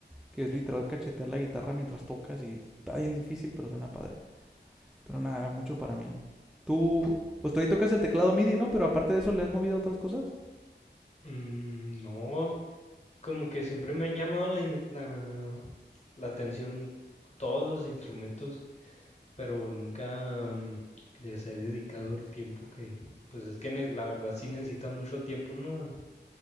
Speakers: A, in the centre; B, on the left.
A: que es literal cachetear la guitarra mientras tocas y está bien difícil, pero suena padre. Pero nada, era mucho para mí. Tú, pues tú ahí tocas el teclado MIDI, ¿no? Pero aparte de eso, ¿le has movido a otras cosas?
B: Mm, no, como que siempre me han llamado la, in- la, la atención todos los instrumentos, pero nunca mm, les he dedicado el tiempo que, pues es que ne- la verdad sí necesitan mucho tiempo, ¿no?